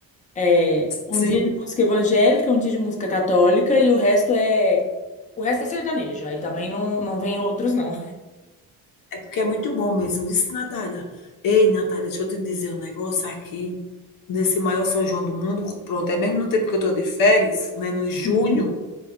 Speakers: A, on the left (about 20°); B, on the left (about 65°).
A: é, um
B: Sim.
A: dia de música evangélica, um dia de música católica e o resto é. O resto é sertanejo. Aí também não, não vem outros, não.
B: É porque é muito bom mesmo, viu, Natália? Ei, Natália, deixa eu te dizer um negócio aqui. Nesse maior São João do mundo, pronto, é mesmo no tempo que eu estou de férias, né, no junho,
A: Uhum.